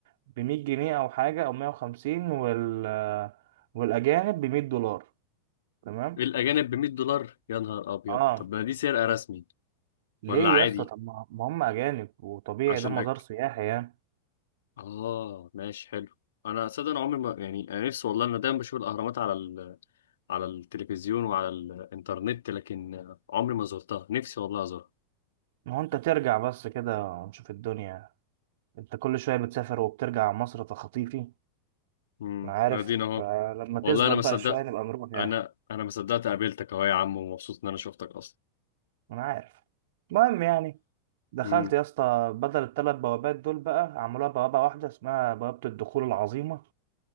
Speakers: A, on the right (about 50°); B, on the left (about 60°).
A: ب 100 جنيه او حاجه او 150 وال آه، والاجانب ب 100 دولار تمام
B: الاجانب ب 100 دولار يا نهار ابيض
A: اه
B: طب ما دي سرقه رسمي
A: ليه
B: ولا
A: يا
B: عادي
A: اسطى طب ما ما هم اجانب وطبيعي
B: عشان
A: ده مزار
B: اكل
A: سياحي يعني
B: اه ماشي حلو انا صدق انا عمري ما يعني انا نفسي والله انا دايما بشوف الاهرامات على ال... على التلفزيون وعلى الانترنت لكن عمري ما زرتها نفسي والله ازورها
A: ما هو انت ترجع بس كده ونشوف الدنيا انت كل شوية بتسافر وبترجع مصر تخطيفي
B: امم
A: انا عارف
B: ادينا اهو
A: فلما تثبت
B: والله انا ما
A: بقى
B: صدقت
A: شوية نبقى نروح يعني
B: انا انا ما صدقت قابلتك اهو يا عم ومبسوط ان انا شفتك
A: انا عارف المهم يعني دخلت
B: اصلا
A: يا اسطى بدل الثلاث بوابات دول بقى عملوها بوابة واحدة اسمها بوابة الدخول العظيمة